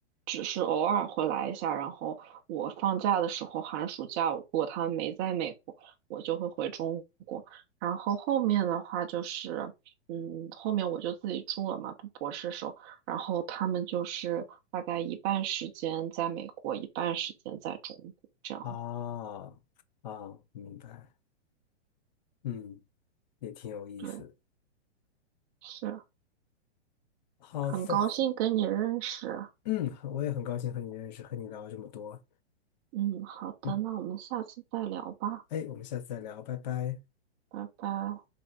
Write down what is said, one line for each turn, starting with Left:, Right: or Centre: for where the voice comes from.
Right: 只是偶尔会来一下。然后我放假的时候，寒暑假如果他们没在美国，我就会回中国。然后后面的话就是，嗯，后面我就自己住了嘛，读博士时候。然后他们就是大概一半时间在美国，一半时间在中国这样的。
Left: 哦哦，明白。嗯，也挺有意思。
Right: 对，是
Left: 好的，
Right: 很高兴跟你认识。
Left: 嗯，我也很高兴和你认识，和你聊了这么多。
Right: 嗯，好的，
Left: 嗯，
Right: 那我们下次再聊吧，
Left: 哎，我们下次再聊，拜拜。
Right: 拜拜。